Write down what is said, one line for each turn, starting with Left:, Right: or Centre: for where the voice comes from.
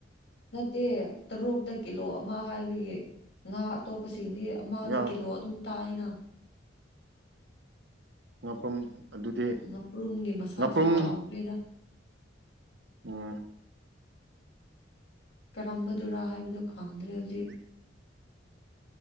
Left: ꯅꯠꯇꯦ ꯇꯔꯨꯛꯇ ꯀꯤꯂꯣ ꯑꯃ ꯍꯥꯏꯕꯒꯤ ꯉꯥ ꯑꯇꯣꯞꯄ ꯁꯤꯡꯗꯤ ꯑꯃꯗ
Right: ꯌꯥꯝ
Left: ꯀꯤꯂꯣ ꯑꯗꯨꯝ ꯇꯥꯏꯅ
Right: ꯉꯥꯄ꯭ꯔꯨꯝ ꯑꯗꯨꯗꯤ
Left: ꯅꯄ꯭ꯔꯨꯝꯒꯤ ꯃꯁꯥꯛꯁꯨ
Right: ꯉꯥꯄ꯭ꯔꯨꯝ
Left: ꯀꯥꯎꯈ꯭ꯔꯦꯗ
Right: ꯎꯝ
Left: ꯀꯔꯝꯕꯗꯔꯥ ꯍꯥꯏꯕꯗꯣ ꯈꯪꯗ꯭ꯔꯦ ꯍꯧꯖꯤꯛ